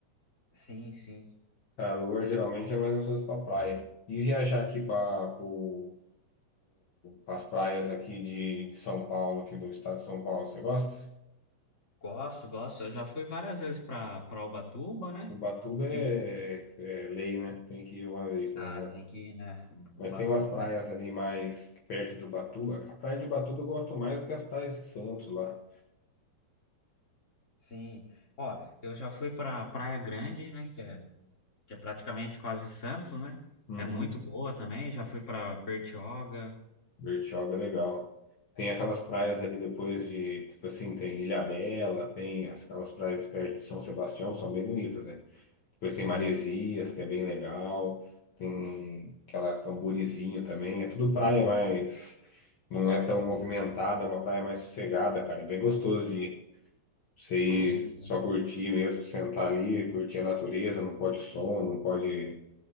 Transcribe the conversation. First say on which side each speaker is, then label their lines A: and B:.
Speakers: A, on the left; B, on the left.
A: Sim, sim.
B: Calor geralmente é mais gostoso pra praia. E viajar aqui para por, as praias aqui de, de São Paulo, aqui do estado de São Paulo. Você gosta?
A: Gosto, gosto. Eu já fui várias vezes para para Ubatuba, né?
B: Ubatuba é,
A: E, o-
B: é lei, né? Tem que ir uma vez, pelo
A: ah,
B: menos.
A: tem que ir, né? Ubatuba
B: Mas tem umas praias ali mais perto de Ubatuba. A praia de Ubatuba eu gosto mais do que as praias de Santos lá.
A: Sim. Ó, eu já fui para Praia Grande, né, que é, que é praticamente quase Santos, né?
B: Uhum.
A: É muito boa também. Já fui para Bertioga.
B: Bertioga é legal. Tem aquelas praias ali depois de, tipo assim, tem Ilhabela, tem as- aquelas praias perto de São Sebastião, são bem bonitas, né? Depois
A: Sim,
B: tem Maresias, que é bem legal. Tem aquela Camburizinho também. É tudo praia mais. Não é tão movimentada, é uma praia mais sossegada, cara. É bem gostoso de ir. Você
A: sim.
B: ir só
A: sim.
B: curtir mesmo, sentar ali, curtir a natureza, não pode som, não pode.